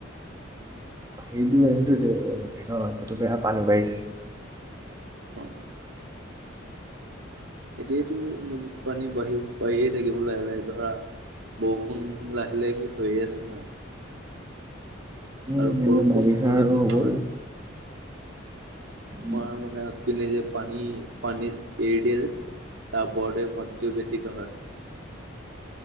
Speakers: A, on the right (about 20°); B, on the right (about 75°).
A: বাহিৰতো এয়া ন এইতোটো বেয়া পানী বাঢ়িছে।
B: অ এতিয়াতো নদীত পানী বাঢ়ি বাঢ়িয়ে থাকিব লাহে লাহে ধৰা বৰষুণ লাহে লাহে কে হৈয়ে আছে ন।
A: উ
B: আৰু বৰষুণ
A: এ বাৰিষা
B: নহ'লে
A: আৰু
B: কথা
A: হ'বই।
B: নাই।
A: উম
B: মই মানে পিনে যে পানী পানীচ এৰি দিয়ে যে তাৰ ওপৰতে পাকটো বেছিকৈ হয়